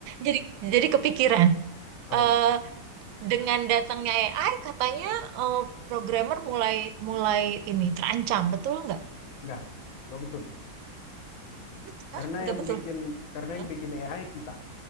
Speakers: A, on the right; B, on the left.
A: Jadi, jadi kepikiran.
B: apa
A: Eh,
B: tuh?
A: dengan datangnya AI, katanya eh, programmer mulai mulai ini terancam, betul nggak?
B: Nggak, nggak betul.
A: Bet-
B: Karena
A: ah, nggak
B: yang
A: betul.
B: bikin karena
A: Hah?
B: yang bikin AI kita.